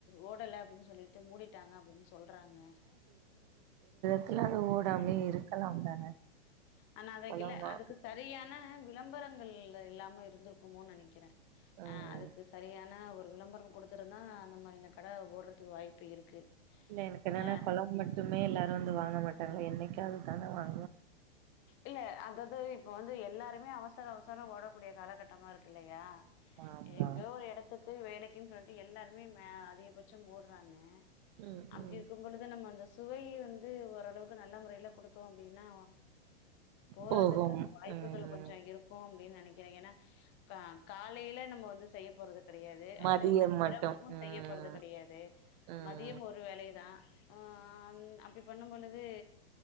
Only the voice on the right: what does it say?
த்துலெந்து ஓடாமே இருக்கலாம் தான
பழமா
ம்
இல்ல எனக்கு என்னானா
கொழம் மட்டுமே எல்லாரு வந்து வாங்க மாட் டாங்க என்னைக்காது தானே வாங்
ஆமா
ம்
ம்
போகும்
ம்
மதியம்
மட்டும்
ம்
ம்